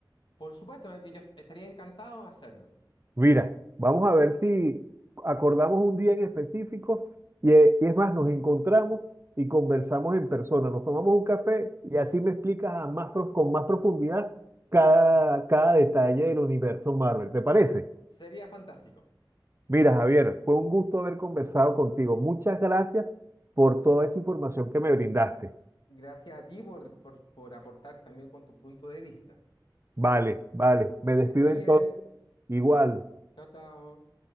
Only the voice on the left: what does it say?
Por supuesto, eh, yo estaría encantado de hacerlo.
Sería fantástico.
Gracias a ti por, por por aportar también con tu punto de vista.
Que esté
bien.
Chao, chao.